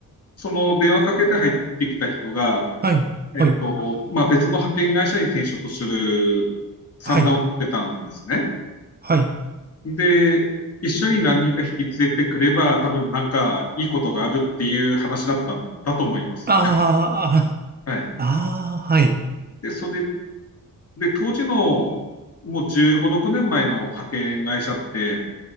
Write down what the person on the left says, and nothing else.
その電話かけて入ってきた人が、
えっと、
まあ、別の派遣会社に転職する算段を取ってたんですね。
で、一緒に何人か引き連れてくれば、多分なんかいいことがあるっていう話だったんだと思います。
<laughs> はい。
で、それで、当時のもう15、6年前の派遣会社って、